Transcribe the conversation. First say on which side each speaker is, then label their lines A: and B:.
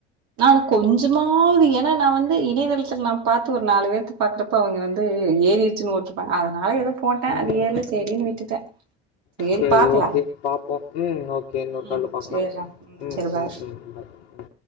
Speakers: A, on the right; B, on the left.
A: நா கொஞ்சமாவது ஏன்னா நா வந்து இணையதளத்துல நா பாத்து ஒரு நாலு பேர்த்த பாக்குறப்ப இப்ப அவங்க வந்து ஏறிடுச்சுன்னு ஓட்ருப்பாங்க அதனால ஏதோ போட்டேன
B: ம்
A: அது ஏர்ல சேரின்னு விட்டுட்டே சேரி
B: சரி
A: பாக்கலா
B: ஓகே பார்ப்போம் ம் ஓகே இன்னொரு
A: உம்
B: காலில் பார்க்கலாம்
A: செர்ரா
B: ம்
A: சரி பாரு
B: ம் ம் பாய் ம்